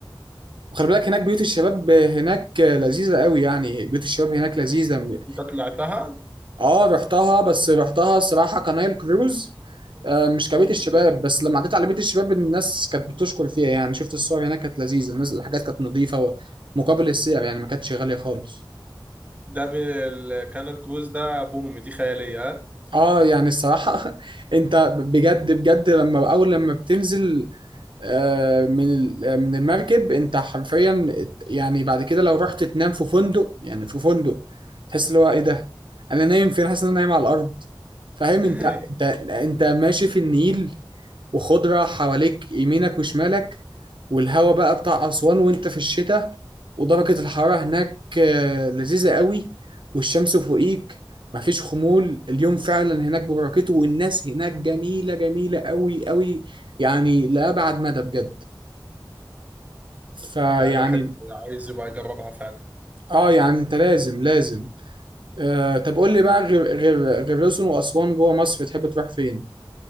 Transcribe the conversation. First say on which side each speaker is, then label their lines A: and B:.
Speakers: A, on the right; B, on the right.
A: وخلي بالك هناك بيوت الشباب هناك لذيذة قوي يعني بيوت الشباب هناك لذيذة م-
B: أنت طلعتها
A: اه رحتها بس رحتها الصراحة كنايل كروز آه، مش كبيت
B: بوم
A: الشباب
B: دي يعني
A: بس لما عديت على بيت الشباب الناس كانت بتشكر فيها يعني شفت الصور هناك كانت لذيذة الناس الحاجات كانت نظيفة مقابل السعر يعني ما كانتش غالية خالص
B: ده بال... كان الكروز ده بوم دي خيالية ها؟
A: اه يعني الصراحة <laughs> انت بجد بجد لما اول لما بتنزل آه، من ال- آه، من المركب انت حرفيا ات- يعني بعد كده لو رحت تنام في فندق يعني في فندق تحس اللي هو ايه ده انا نايم فين حاسس ان انا نايم على الارض فاهم
B: <laughs>
A: انت انت انت ماشي في النيل وخضرة حواليك يمينك وشمالك والهوا بقى بتاع أسوان وانت في الشتاء ودرجة الحرارة هناك آه، لذيذة قوي والشمس فوقيك مفيش خمول اليوم فعلا هناك ببركته والناس هناك جميلة جميلة قوي قوي يعني لأبعد مدى بجد فيعني
B: لا الواحد عايز يبقى يجربها فعلا
A: اه يعني انت لازم لازم آه طب قول لي بقى غير غير غير الأقصر وأسوان جوه مصر بتحب تروح فين؟